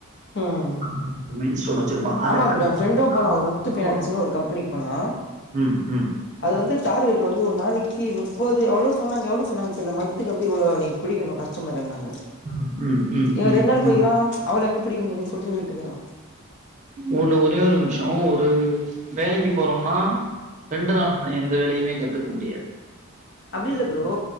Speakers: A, on the left; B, on the right.
A: ம்
B: ஆமா மைல் ஸ்டோன் வச்சிருப்பாங்க அத
A: ஆமா
B: கணக்
A: ப்ரோ என் ஃப்ரெண்டும்
B: பண்ணி
A: போனா ஒரு முத்து பைனான்ஸ்னு ஒரு கம்பெனிக்கு
B: <unintelligible>
A: போனா
B: ம் ம்
A: அது வந்து டார்கெட் வந்து ஒரு நாளைக்கி நுப்பது எவ்ளோ சொன்னாங்க எவ்ளோ சொன்னாங்க தெரில மந்துக்கு வந்து இவ்ள நீ பிடிக்கனு கஷ் ஷ்டமர்ன்னாங்க
B: ம், ம்,
A: இவ
B: ம்,
A: ரெண் நாள் போய்க்கிறா
B: ம்.
A: அவ்ள எங்க பிடிக்க முடியு சொல்ட்டு நின்ட்டுக்குறா
B: ஒன்னு ஒரே ஒரு நிமிஷ ஒரு வேலைக்கு போறோம்னா ரெண்டு
A: ம்
B: நாள்ல எந்த வேலயுமே கத்துக்க முடியாது
A: அப்டி இல்ல ப்ரோ